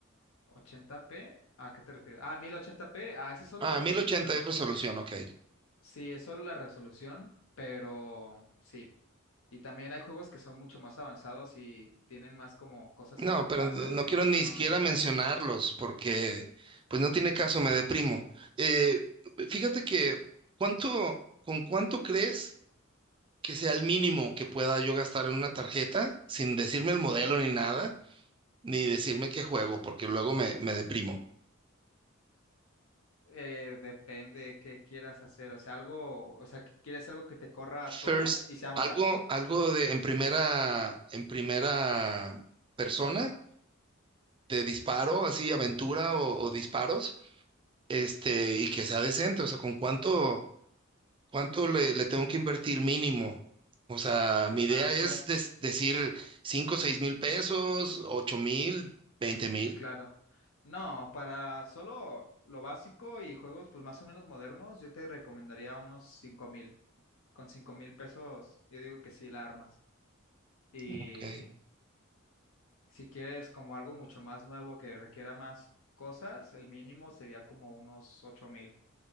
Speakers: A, on the left; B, on the right.
A: 80p, ¿a qué te refieres? Ah, 1080p, ah, esa es solo
B: Ah,
A: la resolución.
B: 1080 es resolución, ok.
A: Sí, es solo la resolución, pero sí. Y también hay juegos que son mucho más avanzados y tienen más como cosas
B: No,
A: enfocadas
B: pero no
A: a iluminación
B: quiero ni siquiera
A: y todo
B: mencionarlos
A: eso.
B: porque pues no tiene caso, me deprimo. Eh, fíjate que ¿cuánto, con cuánto crees que sea el mínimo que pueda yo gastar en una tarjeta sin decirme el modelo ni nada, ni decirme qué juego, porque luego me, me deprimo.
A: Eh, depende qué quieras hacer, o sea, algo, o sea, que quieres algo que te corra todo
B: First,
A: y sea barato,
B: algo, algo de en primera, en primera persona, de disparo, así aventura o, o disparos, este, y que sea decente, o sea, con cuánto. ¿Cuánto le, le tengo que invertir mínimo? O sea, mi idea
A: a la
B: es
A: pura,
B: des- decir 5, seis mil pesos, ocho mil, veinte mil.
A: claro. No, para solo lo básico y juegos pues más o menos modernos, yo te recomendaría unos cinco mil. Con cinco mil pesos, yo digo que sí la armas. Y
B: Ok.
A: si quieres como algo mucho más nuevo que requiera más cosas, el mínimo sería como unos ocho mil,